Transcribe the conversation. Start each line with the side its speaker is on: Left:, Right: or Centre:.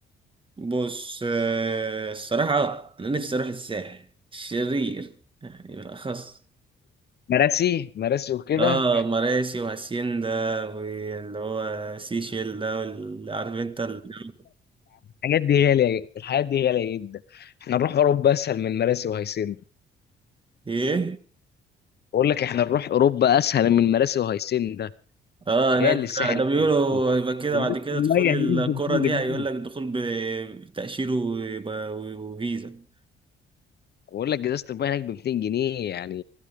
Right: بص آه، الصراحة أنا نفسي أروح الساحل الشرير يعني بالأخص
Left: مراسي مراسي وكده
Right: اه مراسي وهاسيندا واللي هو سيشيل ده واللي عارف انت الجو-
Left: الحاجات دي غاليه الحاجات دي غاليه جدا احنا نروح اوروبا اسهل من مراسي وهيسن
Right: ايه
Left: بقول لك احنا نروح اوروبا اسهل من مراسي وهيسن ده
Right: اه
Left: غالي
Right: هناك
Left: الساحل
Right: ده بيقولوا
Left: الشمالي.
Right: يبقى كده
Left: إزازة
Right: بعد كده
Left: المية
Right: تدخل الكرة
Left: هناك ب 200
Right: دي
Left: جنيه
Right: هيقول لك دخول ب- بتأشيرة وب- وفيزا
Left: بقول لك ازازه المية هناك ب 200 جنيه يعني